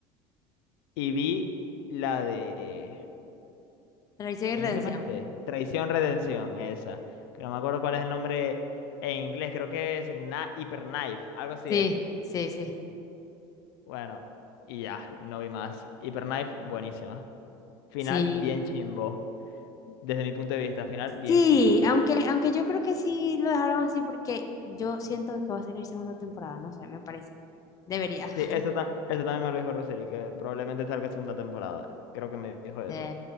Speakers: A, on the left; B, on the left.
A: y vi la de.
B: traición y
A: ¿Cómo
B: redención.
A: se llama este? Traición Redención, esa. Que no me acuerdo cuál es el nombre en inglés, creo que es Kna- Hyper Knife, algo así
B: Sí,
A: es.
B: sí, sí,
A: Bueno, y ya, no vi más. Hyper Knife, buenísima. Final,
B: sí.
A: bien chimbo. Desde mi punto de vista, final, bien
B: Sí,
A: chimbo, pero.
B: aunque, aunque yo creo que sí lo dejaron así porque yo siento que va a salir segunda temporada, no sé, me parece. Debería. <laughs>
A: Sí, eso, ta- eso también me lo dijo Roseli, que probablemente salga segunda temporada. Creo que me dijo eso.
B: Sí.